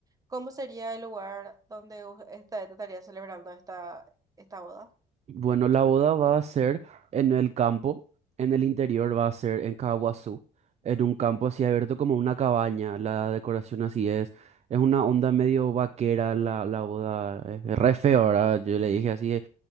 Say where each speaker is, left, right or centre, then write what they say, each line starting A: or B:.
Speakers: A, on the right; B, on the right.
A: ¿cómo sería el lugar donde u- esta- estaría celebrando esta, esta boda?
B: Bueno, la boda va a ser en el campo, en el interior va a ser en Caguazú, en un campo así abierto como una cabaña, la decoración así es, es una onda medio vaquera la, la boda, es, es re feo, ¿verdad? Yo le dije así,